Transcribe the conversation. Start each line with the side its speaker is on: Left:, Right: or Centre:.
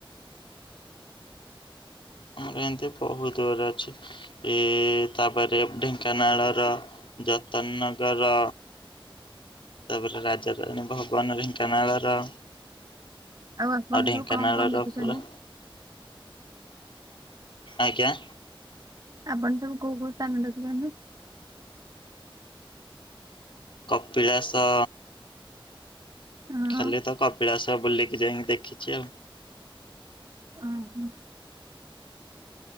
Left: ଆମର ଏମିତି ବହୁତ ଦର ଅଛି ଏ ତାପରେ ଢେଙ୍କାନାଳର ଯତନ ନଗର ତାପରେ ରାଜରାାନୀ ଭବନ ଢେଙ୍କାନାଳର
Right: ଆପଣ
Left: ଆଉ ଢେଙ୍କାନାଳ
Right: ସବୁ କଣ କଣ
Left: ର
Right: ଦେଖିଛନ୍ତି?
Left: ପୁରା ଆଜ୍ଞା।
Right: ଆପଣ ସବୁ କୋଉ କୋଉ ସ୍ଥାନ ଦେଖିଛନ୍ତି
Left: କପିଳାସ।
Right: ହଁ
Left: ଖାଲି ତ କପିଳାସ ବୁଲିକି ଯାଇକି ଦେଖିଛି ଆଉ।
Right: ହଁ ହୁଁ।